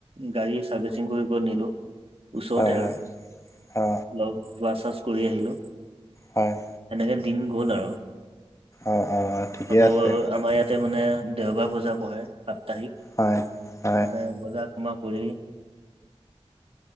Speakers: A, on the right (about 60°); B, on the left (about 30°).
A: গাড়ী চাৰ্ভিচিং কৰি কৰি নিলো ওচৰতে
B: হয়
A: আৰু
B: হয়
A: অলপ
B: অ
A: হোৱা চছ কৰি আহিলোঁ
B: হয়
A: এনেকে দিন গ'ল আৰু
B: অ অ ঠিকে
A: আকৌ
B: আছে
A: আমাৰ ইয়াত তাতে মানে দেওবাৰ বজা বহে সাপ্তাহিক
B: হয় হয়
A: তাতে বজা সমা কৰি